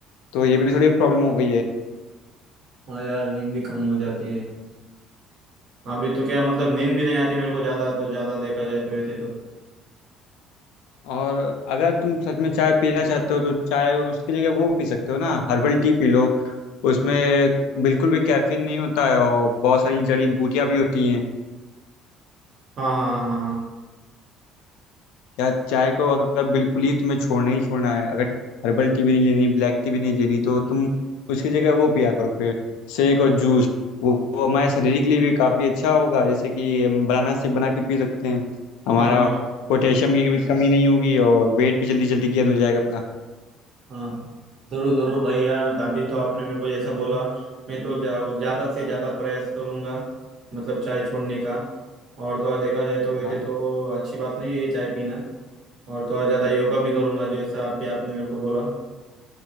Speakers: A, on the left; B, on the right.
A: तो ये भी थोड़ी प्रॉब्लम हो गई है
B: हाँ यार नींद भी कम हो जाती है अभी तो क्या मतलब नींद भी नहीं आती मेरे को ज्यादा तो ज्यादा देखा जाए तो वैसे तो
A: और अगर तुम सच में चाय पीना चाहते हो तो चाय उसकी जगह वो पी सकते हो ना हर्बल टी पी लो उसमें बिल्कुल भी कैफीन
B: हाँ
A: नहीं होता है और बहुत सारी जड़ी बूटियां भी होती हैं
B: हाँ हाँ हाँ
A: यार चाय को अगर बिल्कुल ही तुम्हें छोड़ना ही छोड़ना है अगर हर्बल टी भी नहीं लेनी ब्लैक टी भी नहीं लेनी तो तुम उसकी जगह वो पिया करो फिर शेक और जूस वो, वो हमारे शरीर के लिए भी काफ़ी अच्छा होगा जैसे कि हम बनाना शेक बना के पी सकते हैं हमारा
B: हाँ हाँ हाँ
A: पोटेशियम की भी कमी नहीं होगी और वेट भी जल्दी जल्दी गेन हो जाएगा अपना
B: हाँ हाँ। जरूर जरूर भाई यार अभी तो आपने मेरे को जैसा बोला मैं तो जा- ज्यादा से ज्यादा प्रयास करूंगा मतलब चाय छोड़ने का और तो और देखा जाए तो वैसे
A: हाँ
B: तो अच्छी बात नहीं है ये चाय पीना और तो और ज्यादा योगा भी करूंगा जैसा आप भी आपने मेरे को बोला